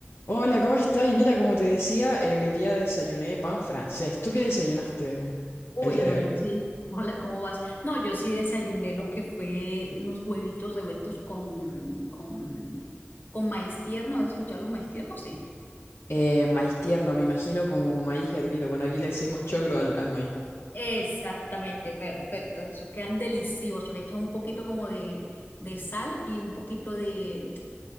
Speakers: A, on the left; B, on the left.
A: Hola, ¿cómo estás? Y mira, como te decía, eh, hoy día desayuné pan francés. ¿Tú qué desayunaste
B: Uy,
A: el día
B: no,
A: de hoy?
B: yo sí. <laughs> Hola, ¿cómo vas? No, yo sí desayuné lo que fue unos huevitos revueltos con, con, con maíz tierno. ¿Has escuchado los maíz tiernos? Sí.
A: Eh, maíz tierno, me imagino como maíz hervido. Bueno, aquí le decimos choclo al, al maíz.
B: Exactamente, perfecto. Eso quedan deliciosos. Le echan un poquito como de, de sal y un poquito de,